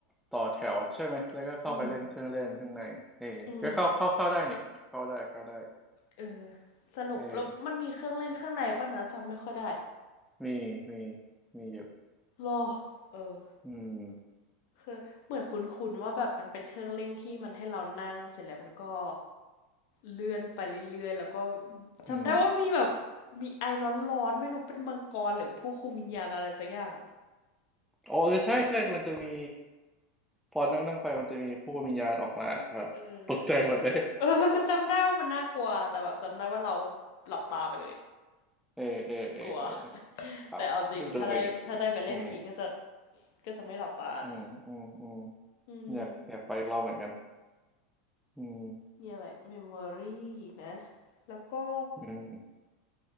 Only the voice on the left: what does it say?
อืมอืมเออสนุกแล้วมันมีเครื่องเล่นข้างในปะนะจำไม่ค่อยได้
รอเออ
คือเหมือนคุ้นๆว่าแบบมันเป็นเครื่องเล่นที่มันให้เรานั่งเสร็จแล้วมันก็เลื่อนไปเรื่อยๆแล้วก็จำได้ว่ามีแบบ
มีไอร้อนๆไม่รู้เป็นมังกรหรือผู้คุมวิญญาณอะไรสักอย่าง
เออเออ <laughs> จำได้ว่ามันน่ากลัวแต่แบบจำได้ว่าเราหลับตาไปเลย
กลัว <laughs>
แต่เอาจริงถ้าได้ถ้าได้ไปเล่นอีกก็จะ
ก็จะไม่หลับตานะ
อืม
เนี่ยแหละเมมโมรีนะแล้วก็